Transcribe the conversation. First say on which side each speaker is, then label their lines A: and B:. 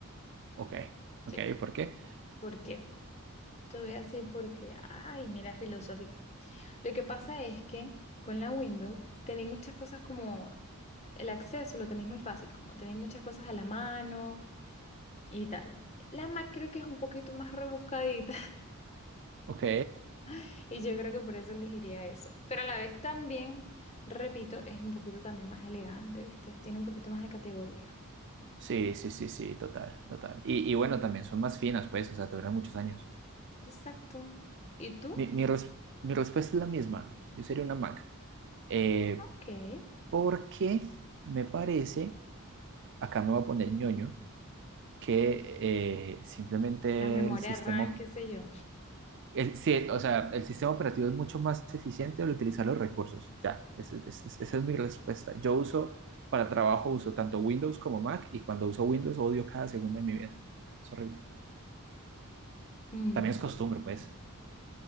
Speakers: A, on the right; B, on the left.
A: ok, ok,
B: Sí.
A: ¿por qué?
B: ¿Por qué? Te voy a decir por qué. Ay, mira, filosófica. Lo que pasa es que con la Windows tenéis muchas cosas como el acceso lo tenéis muy fácil, como tenéis muchas cosas a la mano y tal. La Mac creo que es un poquito más rebuscadita
A: Ok.
B: <laughs> y yo creo que por eso elegiría eso. Pero a la vez también, repito, es un poquito también más elegante, ¿viste? Tiene un poquito más de categoría.
A: Sí, sí, sí, sí, total, total. Y, y bueno, también son más finas, pues, o sea, te duran muchos años.
B: Exacto. ¿Y tú?
A: Mi, mi, res- mi respuesta es la misma. Yo sería una Mac. Eh,
B: Ok.
A: porque me parece, acá me voy a poner ñoño, que eh, simplemente
B: La memoria
A: el sistema,
B: RAM, qué sé yo.
A: el, sí, o sea, el sistema operativo es mucho más eficiente al utilizar los recursos. Ya, esa es es- esa es mi respuesta. Yo uso, para trabajo uso tanto Windows como Mac y cuando uso Windows odio cada segundo de mi vida. Es horrible.
B: Mm,
A: También
B: Vale.
A: es costumbre, pues.